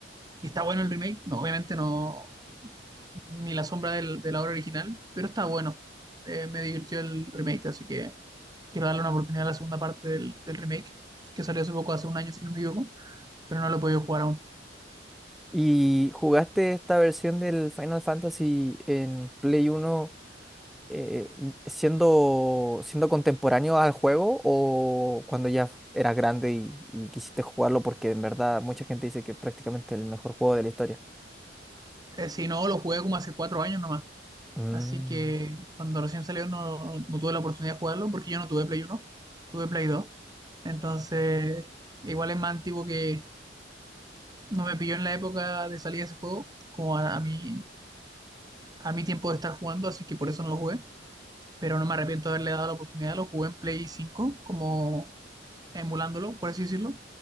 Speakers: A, on the right (about 20°); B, in the centre.
A: ¿Y está bueno el remake? No, obviamente no, ni la sombra del- de la obra original, pero está bueno. Eh, me divirtió el remake, así que quiero darle una oportunidad a la segunda parte del, del remake, que salió hace poco, hace un año, si no me equivoco, pero no lo he podido jugar aún.
B: ¿Y jugaste esta versión del Final Fantasy en Play Uno. eh, siendo, siendo contemporáneo al juego o cuando ya eras grande y, y quisiste jugarlo porque en verdad mucha gente dice que es prácticamente el mejor juego de la historia?
A: Eh, si no, lo jugué como hace cuatro años nomás.
B: Mm.
A: Así que cuando recién salió no, no tuve la oportunidad de jugarlo, porque yo no tuve Play uno tuve Play dos Entonces, igual es más antiguo que no me pilló en la época de salida de ese juego, como a, a mí a mi tiempo de estar jugando, así que por eso no lo jugué. Pero no me arrepiento de haberle dado la oportunidad. Lo jugué en Play cinco como emulándolo, por así decirlo.